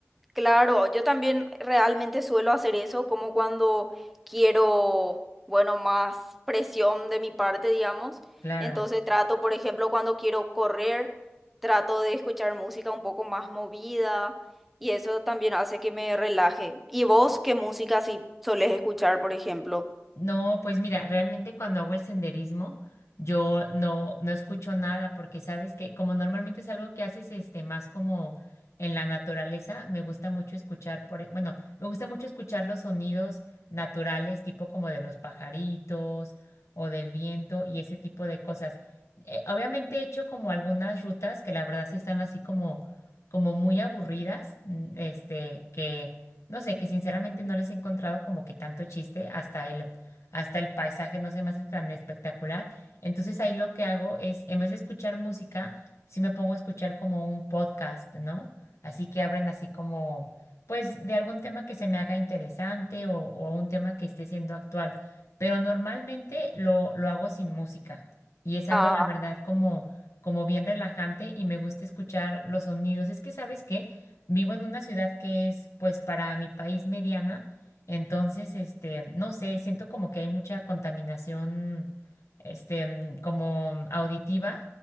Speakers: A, in the centre; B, on the left.
A: Claro, yo también realmente suelo hacer eso, como cuando quiero, bueno, más presión de mi parte, digamos.
B: Claro.
A: Entonces trato, por ejemplo, cuando quiero correr, trato de escuchar música un poco más movida y eso también hace que me relaje. ¿Y vos qué música si solés escuchar, por ejemplo?
B: No, pues mira, realmente cuando hago el senderismo, yo no, no escucho nada, porque sabes que como normalmente es algo que haces este más como en la naturaleza, me gusta mucho escuchar por, e- bueno, me gusta mucho escuchar los sonidos naturales, tipo como de los pajaritos o del viento y ese tipo de cosas. Eh, obviamente he hecho como algunas rutas que la verdad sí están así como, como muy aburridas, mm, este, que no sé, que sinceramente no les he encontrado como que tanto chiste hasta el hasta el paisaje no se me hace tan espectacular. Entonces ahí lo que hago es, en vez de escuchar música, sí me pongo a escuchar como un podcast, ¿no? Así que abren así como, pues, de algún tema que se me haga interesante o, o un tema que esté siendo actual. Pero normalmente lo, lo hago sin música y es algo,
A: Ah,
B: la verdad, como, como bien relajante y me gusta escuchar los sonidos. Es que, ¿sabes qué? Vivo en una ciudad que es, pues, para mi país mediana. Entonces, este, no sé, siento como que hay mucha contaminación, este, mm, como auditiva